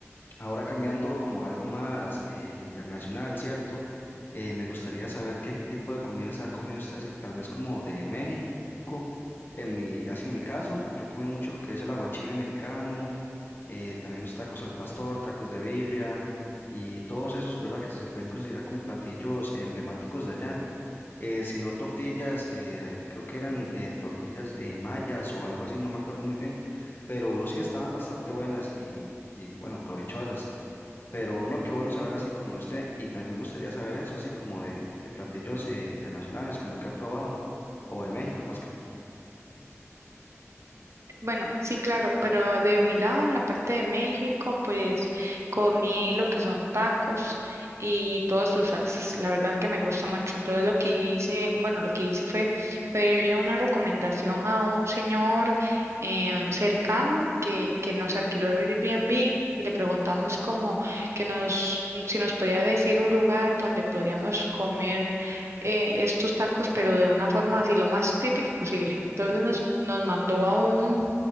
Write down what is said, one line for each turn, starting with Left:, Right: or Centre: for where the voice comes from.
Left: Ahora cambiando como a algo más eh, internacional, ¿cierto? Eh, me gustaría saber qué tipo de comidas ha comido usted, así, tal vez como de México. En mi, así en mi caso, yo comí mucho lo que es el aguachile mexicano, eh, también los tacos al pastor, tacos de birria y todos esos, ¿verdad? Que se pueden considerar como platillos emblemáticos de allá. Eh, si no tortillas, eh, creo que eran eh, tortillas eh, mayas o algo así, no me acuerdo muy bien, pero sí estaban bastante buenas y, y bueno, provechosas. Pero no, qué bueno saber así como de usted. Y también me gustaría saber eso, así como de, de platillos eh, internacionales, como que ha probado, o de México más que
Right: Bueno, sí, claro, pero de mi lado, en la parte de México, pues comí lo que son tacos y todas sus salsas. La verdad que me gusta mucho. Entonces lo que hice, bueno, lo que hice fue pedirle una recomendación a un señor eh, cercano que, que nos alquiló el Airbnb y le preguntamos como que nos, si nos podía decir un lugar donde podríamos comer eh, estos tacos, pero de una forma así lo más típica posible. Entonces nos, nos mandó a un